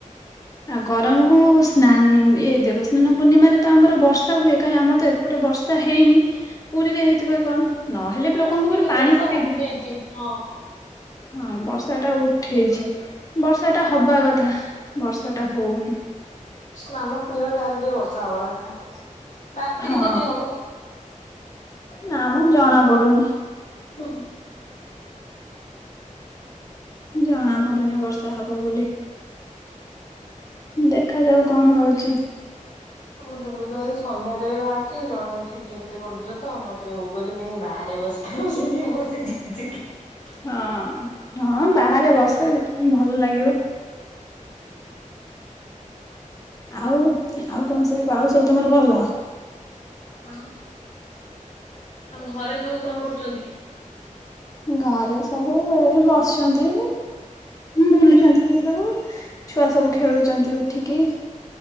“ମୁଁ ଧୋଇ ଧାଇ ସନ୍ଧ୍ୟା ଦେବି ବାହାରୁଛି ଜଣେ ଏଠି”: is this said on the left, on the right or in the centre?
Left